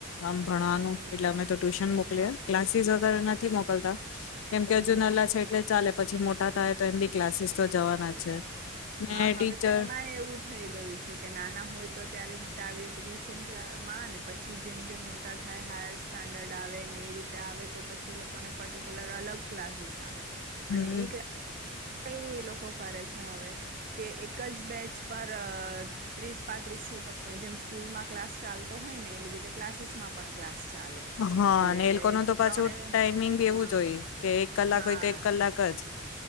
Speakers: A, on the left; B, on the right.
A: આમ ભણવાનું
B: હમ
A: એટલે અમે તો ટ્યુશન
B: હમ
A: મોકલિયે ક્લાસ ફીસ વધારે નથી. નથી મોકલતા
B: હમ
A: કેમ કે
B: હમ
A: હજુ નાલા છે એટલે ચાલે પછી મોટા
B: હમ
A: થાય તો એમ બી ક્લાસીસ તો જવાના જ છે. ને
B: હા હવે
A: ટીચર
B: તો એમાંય એવું થઈ ગયું છે. કે નાના હોય તો ત્યારેતે આવી રીતે ટ્યુશન કમાં આવે ને પછી જેમ જેમ મોટા થાય હાયર સ્ટાન્ડર્ડ આવે ને એ રીતે આવે તો પછી એ લોકોને પર્ટિક્યુલર અલગ ક્લાસીસ આવે.
A: હમ
B: અને એક લા. એવું એ લોકો કરે છે હવે કે એક જ બેચ પર ત્રીસ પાત્રીસ છોકરોને જેમ સ્કૂલમાં ક્લાસ ચાલતો હોય ને એવી રીતે ક્લાસીસ માં પણ ક્લાસ. ચાલે
A: હા
B: એટલે
A: અને એ લોકો ન
B: છોકરાઓને
A: તો પાછું ટાઈમિંગ બી
B: હા
A: એવું જો હોય કે. કલાક
B: હા
A: હોય તો એક કલાક જ.